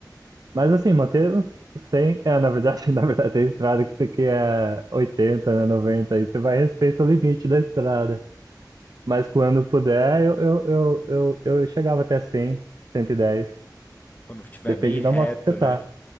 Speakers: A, on the right; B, on the left.
A: Mas assim, manter uns cem. é, na verdade, <laughs> na verdade, tem estrada que tem que é 80, né, 90, aí você vai respeitar o limite da estrada. Mas quando puder, eu, eu, eu, eu, eu chegava até cem cento e dez
B: Quando estiver
A: Depende
B: bem reto,
A: da moto que você
B: né?
A: tá.